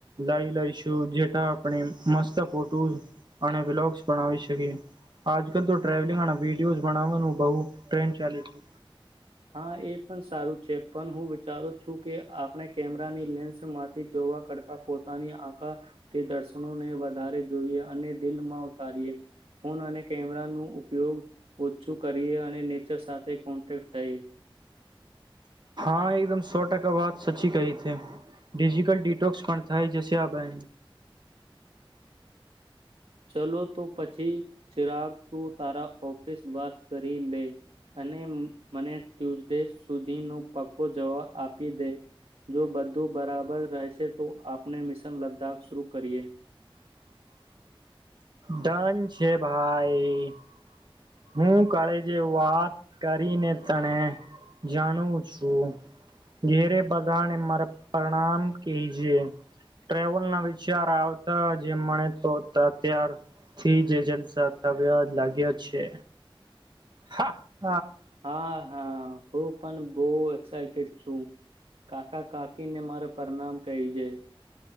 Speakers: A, on the right; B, on the right.
A: લઈ લઈશું જેટા આપણે મસ્ત ફોટોસ અને વ્લોગ્સ બનાવી શકીએ આજકાલ તો ટ્રાવલિંગ અને વિડિઓઝ બનાવાનું બહુ ટ્રેન્ડ ચાલે છે
B: હા એ પણ સારું છે પન હું વિચારું છું કે આપણે કેમેરાની લેન્સમાંથી જોવા કરતા પોતાની આં તે દર્શનોને વધ વધારે જોઈએ અને દિલમાં ઉતારીએ ફોન અને કેમેરા ન ઉપયોગ ઓછું કરીએ અને ચર સાથે કોન્ટેક્ટ થઇએ
A: હા એકદમ સો ટકા વાત સચી કહી થ ડિજિટલ ડિટોક્સ પણ થાય જ આપ આ
B: ચલો તો પછી ચિરાગ તું તારા ઓફિસ બાદ કરી લે અને મને ટ્યુઝડે સુધી ન પગ કો જવાબ આપી દે જો બધું બરાબર રહેશે તો આપણે મિશન લદ્દાખ શરૂ કરીએ
A: ડન છે ભાઈ હું કાલે જે વાત કરીને તને જાણું છું ઘેરે બધાને મારા પરણામ કહીજે ટલ ના વિચાર આવતા જે મણે તો અત્યારથી જ જલસા થ લાગ્યા છે હા
B: હા હા હ પણ બુ એક્સાઈ ટેડ છું કાકા કાકીને મારે પરણામ કહી છે